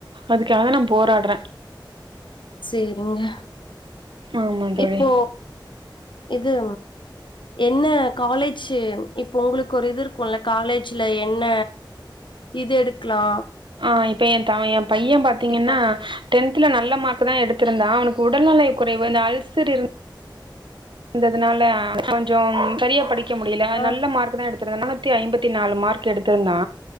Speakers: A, on the right (about 75°); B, on the left (about 75°).
A: அதுக்காக நா போராட்ற
B: சேரிங்க
A: ஆமா தோழி
B: இப்போ இது என்ன காலேஜு இப்ப ஒங்களுக்கு ஒரு இது இருக்குல்ல காலேஜுல என்ன இது எடுக்லா
A: ஆ இப்ப எ த எ பையே பாத்தீங்கன்னா
B: டிப்பா
A: டென்த்ல நல்ல மார்க் தா எடுத்திருந்தா அவனுக்கு உடல்நிலை குறைவு இந்த அல்சர் இருந் ததுனால கொஞ்சம் சரியா படிக்க முடியல
B: ஆ.
A: நல்ல மார்க்குதா எடுத்திருந்தா ஆனா த்தி ஐம்பத்தி நாலு மார்க் எடுத்திருந்தா